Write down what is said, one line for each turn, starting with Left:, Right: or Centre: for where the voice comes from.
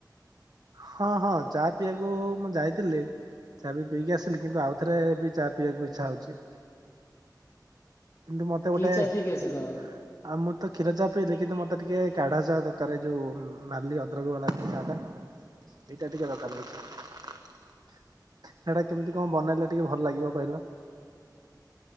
Right: ହଁ ହଁ ଚା ପିଇବାକୁ ମୁଁ ଯାଇତିଲେ ଚା ବି ପିଇକି ଆସିଲି କିନ୍ତୁ ଆଉଥରେ ବି ଚା ପିଇବାକୁ ଇଚ୍ଛା ହଉଚି। କିନ୍ତୁ ମତେ
Left: କି
Right: ଗୋଟେ
Left: ଚା
Right: ଆଉ
Left: ପିଇକି ଆସିଲ
Right: ମୁଁ ତ କ୍ଷୀର ଚା ପିଇଲି କିନ୍ତୁ ମତେ ଟିକେ କାଢା ଚା ଦରକାରେ ଏଇ ଯୋଉ ଉମ୍ ନାଲି ଅଦ୍ରକ୍ ବାଲା ଚା ଟା। ଏଇଟା ଟିକେ ଦରକାର ହୋଉଚି। ହେଟା କେମିତି କଣ ବନେଇଲେ ଟିକେ ଭଲ ଲାଗିବ କଇଲ?